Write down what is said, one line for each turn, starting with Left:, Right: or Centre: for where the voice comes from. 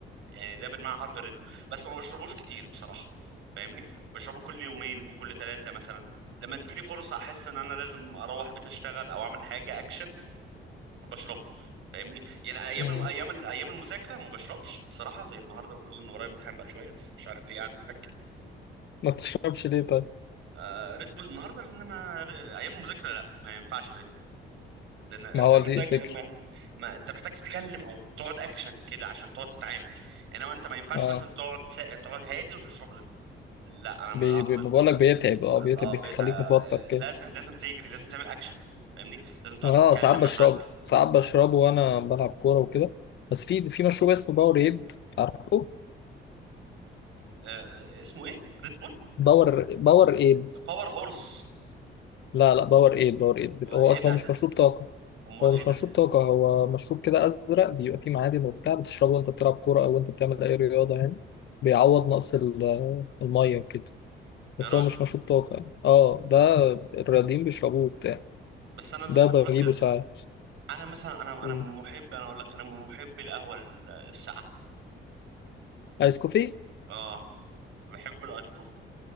Right: يعني ده بالمعنى حرفي ريد بول بس ما بشربوش كتير بصراحه فاهمني بشربه كل يومين كل ثلاثه مثلا لما تجيلي فرصه احس ان انا لازم اروح البيت اشتغل او اعمل حاجه اكشن بشربه فاهمني يعني ايام
Left: مم.
Right: الو- ايام ال- ايام المذاكره ما بشربش بصراحه زي النهارده المفروض ان ورايا امتحان بعد شويه بس مش عارف ليه قاعد معاك
Left: ما تشربش ليه طيب
Right: آه ريد بول النهارده لان ما ايام المذاكره لا ما ينفعش ريد بول، لان انت
Left: ما هو
Right: محتاج
Left: دي الفكرة
Right: ما, ما انت محتاج تتكلم او تقعد اكشن كده عشان تقعد تتعامل انما انت ما ينفعش
Left: اه
Right: مثلا تقعد سا... تقعد هادي وتشرب ريد بول لا انا ما
Left: بي
Right: اقتنع
Left: بي بقول لك بيتعب اه بيتعب
Right: اه
Left: بيخليك
Right: بقيت آه،
Left: متوتر
Right: لازم
Left: كده
Right: لازم تجري لازم تعمل اكشن فاهمني لازم تقعد
Left: اه
Right: تتكلم
Left: ساعات بشربه
Right: مع حد
Left: ساعات بشربه وانا بلعب كورة وكده بس في في مشروب اسمه باور ايد عارفه
Right: آه اسمه ايه ريد بول
Left: باور باور ايد
Right: باور هورس
Left: لا لا باور ايد باور ايد بت- هو
Right: ايه
Left: اصلا
Right: ده
Left: هو مش مشروب طاقة
Right: امال
Left: هو
Right: ايه
Left: مش مشروب
Right: ده
Left: طاقة هو مشروب كده ازرق بيبقى فيه معادن وبتاع بتشربه وانت بتلعب كورة او انت بتعمل اي رياضة يعني بيعوض نقص ال- المية وكده بس
Right: يا راجل
Left: هو مش مشروب طاقة يعني اه ده الرياضيين بيشربوه وبتاع
Right: بس انا زي
Left: ده
Right: ما
Left: بجيبه
Right: بقول لك كده
Left: ساعات
Right: انا مثلا انا
Left: مم.
Right: انا من محب انا اقول لك انا من محب القهوه الساقعه
Left: ايس كوفي
Right: اه بحب الايس كوفي